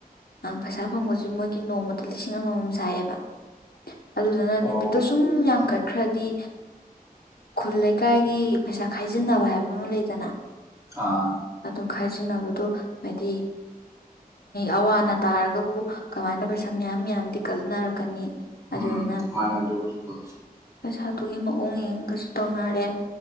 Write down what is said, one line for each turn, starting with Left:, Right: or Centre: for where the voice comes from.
Left: ꯑꯪ ꯄꯩꯁꯥ ꯐꯪꯕꯁꯨ ꯃꯣꯏꯒꯤ ꯅꯣꯡꯃꯗ ꯂꯤꯁꯤꯡ ꯑꯃꯃꯝ ꯁꯥꯏꯑꯦꯕ ꯑꯗꯨꯗꯨꯅ
Right: ꯑꯣ
Left: ꯅꯨꯃꯤꯠꯇꯣ ꯁꯨꯝ ꯌꯥꯝꯈꯠꯈ꯭ꯔꯗꯤ ꯈꯨꯜ ꯂꯩꯀꯥꯏꯒꯤ ꯄꯩꯁꯥ ꯈꯥꯏꯖꯤꯟꯅꯕ ꯍꯥꯏꯕ ꯑꯃ ꯂꯩꯗꯅ
Right: ꯑꯥ
Left: ꯑꯗꯣ ꯈꯥꯏꯖꯤꯟꯅꯕꯗꯣ ꯍꯥꯏꯗꯤ ꯑꯋꯥ ꯑꯅꯥ ꯇꯥꯔꯒꯕꯨ ꯀꯃꯥꯏꯅ ꯄꯩꯁꯥ ꯃꯌꯥꯝ ꯃꯌꯥꯝꯗꯤ ꯀꯠꯅꯔꯛꯀꯅꯤ
Right: ꯎꯝ
Left: ꯑꯗꯨꯗꯨꯅ
Right: ꯃꯥꯅꯦ ꯑꯗꯨꯁꯨ
Left: ꯄꯩꯁꯥꯗꯨꯒꯤ ꯃꯑꯣꯡ ꯌꯦꯡꯒꯁꯨ ꯇꯧꯅꯔꯦ